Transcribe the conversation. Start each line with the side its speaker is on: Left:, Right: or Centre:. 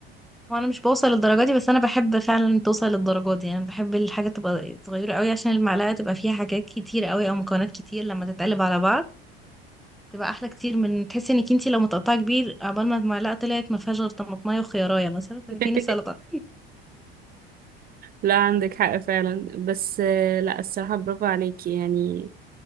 Centre: هو أنا مش بوصل للدرجة دي بس أنا بحب فعلا توصل للدرجة دي يعني بحب الحاجة تبقى صغيرة قوي عشان المعلقة تبقى فيها حاجات كتير قوي أو مكونات كتير لما تتقلب على بعض تبقى أحلى كتير من تحسي إنك انتي لو متقطعة كبير عقبال ما المعلقة طلعت ما فيهاش غير طماطماية وخيارية مثلا
Right: <laughs>
Centre: فين السلطة
Right: لا عندك حق فعلا بس آه، لا الصراحة برافو عليكي يعني